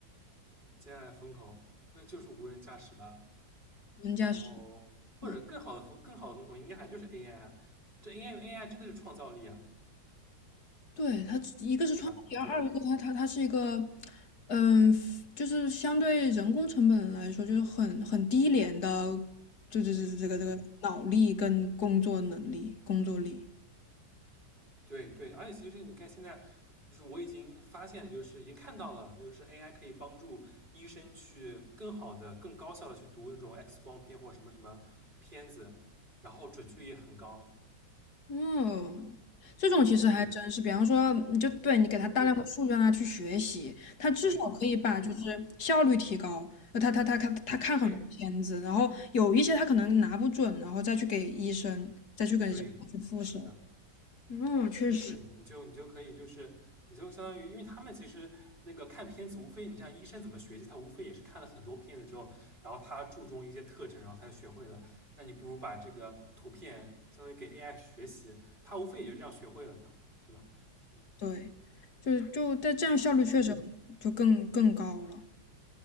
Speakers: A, on the right; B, on the left.
A: 接下来风口那就是无人驾驶吧，
B: 人家是。
A: 然后或者更好的风更好的风口应该还就是
B: 嗯
A: AI 啊，这 AI AI 真的是创造力啊，
B: 对，它一个是创意，
A: 对吧？你觉得呢？
B: 而二一个它它它是一个，嗯，就是相对人工成本来说，就是很很低廉的，就就是这个这个脑力跟工作能力、
A: 对
B: 工作力。
A: 对对，而且其实你看现在，就是我已经发现，就是已经看到了，就是 AI 可以帮助医生去更好的、更高效的去读那种 X 光片或者什么什么片子，然后准确率也很高。
B: 嗯，这种其实还真是，
A: 嗯，
B: 比方说，你就对你给他大量的数据让他去学习，
A: 对
B: 他至少可以把就是效率提高。
A: 对对
B: 呃他他他他看他看很多片子，
A: 对
B: 然后有一些他可能拿不准，然后再去给医生，再去给人去复审。
A: 对，是的。
B: 嗯，确实。
A: 对，你就你就可以，就是你就相当于，因为他们其实那个看片子，无非你像医生怎么学习，他无非也是看了很多片子之后，然后他注重一些特征，然后他就学会了。那你不如把这个图片相当于给 AI 去学习，他无非也就这样学会了吧，对吧？嗯
B: 对，就是就但这样效率确实很就更更高了，
A: 嗯，